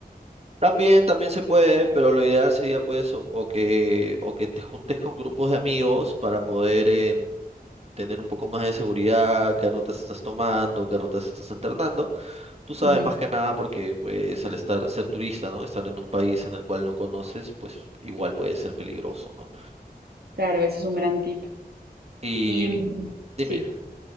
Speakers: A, on the right; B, on the right.
A: También, también se puede, pero lo ideal sería pues o, o que, o que te juntes con grupos de amigos para poder en- tener un poco más de seguridad, qué rutas estás tomando, qué rutas estás alternando. Tú sabes
B: Ujú.
A: más que nada porque pues al estar, ser turista, ¿no? Estar en un país en el cual no conoces, pues igual puede ser peligroso, ¿no?
B: Claro, ese es un gran tip.
A: Y
B: Y mm,
A: dime,
B: sí.
A: dime.